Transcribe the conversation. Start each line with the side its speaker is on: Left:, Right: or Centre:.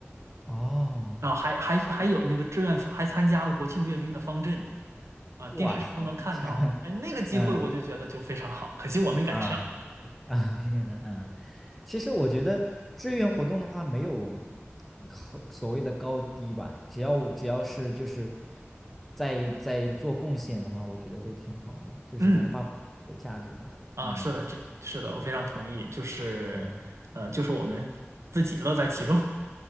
Centre: 哦。
Right: 然后还还还有那个志愿还参加了国庆阅兵的方阵啊，
Centre: 哇塞，
Right: 电视上都能看到，
Centre: <laughs>
Right: 哎，那个机会我就觉得就非常好，
Centre: 嗯
Right: 可惜我没赶上。
Centre: 啊啊，这个人，嗯，其实我觉得志愿活动的话，没有好所谓的高低吧，只要只要是就是在在做贡献的话，我觉得都挺好的，就是能发挥自己的价值吧。
Right: 嗯，啊，
Centre: 嗯，
Right: 是的，这是的，
Centre: 对对对，
Right: 我非常同意，就是呃，
Centre: 嗯，
Right: 就是我们自己乐在其中。